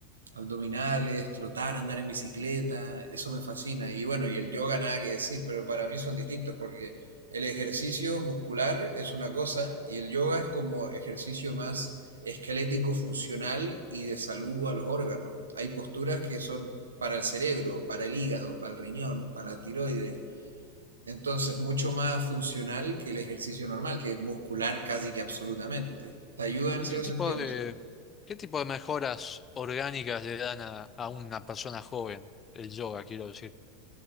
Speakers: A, on the right; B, on the left.
A: abdominales, trotar, andar en bicicleta, eso me fascina. Y bueno, y el yoga nada que decir, pero para mí son distintos porque el ejercicio muscular es una cosa y el yoga es como ejercicio más esquelético, funcional y de salud a los órganos. Hay posturas que son para el cerebro, para el hígado, para el riñón, para la tiroides. Entonces, mucho más funcional que el ejercicio normal, que es muscular casi que absolutamente. ¿Te ayuda en
B: ¿Y
A: cierto
B: qué tipo
A: sentido?
B: de,
A: Sí.
B: qué tipo de mejoras orgánicas le dan a, a una persona joven el yoga, quiero decir?